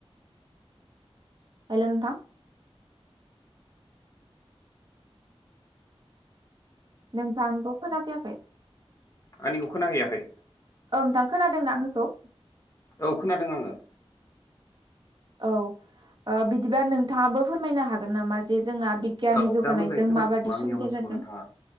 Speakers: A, on the right; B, on the left.
A: हेलौ नोंथां नोंथांखौ खोनाफैयाखै
B: आंनिखौ खोना हैयाखै?
A: औ नोंथां खोनादों ना आंनिखौ
B: औ खोनादों आङो
A: औ बिदिब्ला नोंथाङाबो फोरमायनो हागोन नामा जे जोंना बिगियाननि
B: औ
A: जौगानायजों
B: दा मोजाङै खोनाबाय
A: माबायदि
B: नामा आंनि
A: सुबिदा
B: आवाजखौ
A: जादों
B: नोंथाङा